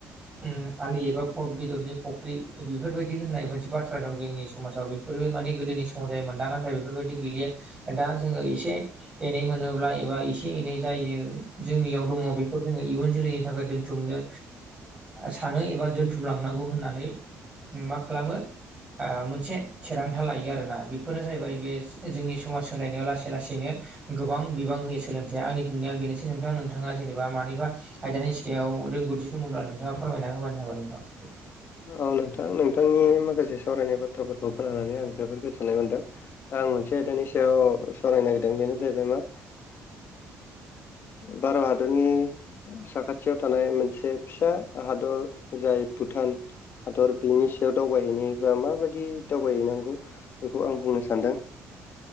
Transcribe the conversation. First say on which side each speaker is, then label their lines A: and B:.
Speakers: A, on the right; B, on the left.
A: उ आलि एबा बेदरनि फुख्रि बेफोरबायदि होननाय मोनसे बाथ्रा बाथ्रा दं जोंनि समाजाव बेफोरो माने गोदोनि समाव जायोमोन दा नाथाय बेफोरबायदि गैलिया दा जोङो एसे एनै मोनोब्ला एबा एसे एनै जायो जोंनियाव दङ बेखौ जोङो इयुन जोलैनि थाखाय दोनथुमनो सानो एबा दोनथुमलांनांगौ होननानै मा खालामो मोनसे थिरांथा लायो आरोना बेफोरो जाहैबाय बे जोंनि समाज सोलायनायाव लासै लासैनो गोबां बिबां होयो सोलोंथाइया आंनि बुंनाया बेनोसै नोंथां नोंथाङा जेनेबा मानिबा आयदानि सायाव रोंगौथि दङब्ला नोंथाङा फोरमायना होबानो जाबाय नोंथां
B: औ नोंथां नोंथांनि माखासे सावरायनाय बाथ्राफोरखौ खोनानानै आं जोबोर गोजोननाय मोनदों दा आं मोनसे आयदानि सायाव सावरायनो नागिरदों बेनो जाहैबाय मा भारत हादरनि साखाथियाव थानाय मोनसे फिसा हादर जाय भुटान हादर बेनि सायाव दावबायहैनाय बा माबायदि दावबायहैनांगौ बेखौ आं बुंनो सानदों